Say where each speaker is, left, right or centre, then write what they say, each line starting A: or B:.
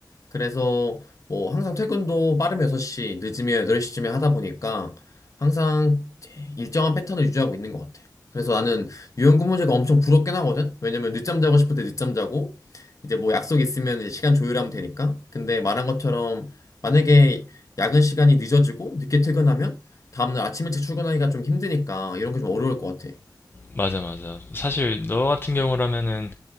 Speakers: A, on the left; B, on the left.
A: 그래서 뭐 항상 퇴근도 빠르면 6시, 늦으면 8시쯤에 하다 보니까 항상 일정한 패턴을 유지하고 있는 것 같아. 그래서 나는 유연근무제가 엄청 부럽긴 하거든? 왜냐면 늦잠 자고 싶을 때 늦잠 자고, 이제 뭐 약속 있으면 이제 시간 조율하면 되니까. 근데 말한 것처럼 만약에 야근 시간이 늦어지고 늦게 퇴근하면 다음날 아침 일찍 출근하기가 좀 힘드니까 이런 게 좀 어려울 것 같아.
B: 맞아, 맞아. 사실 너 같은 경우라면은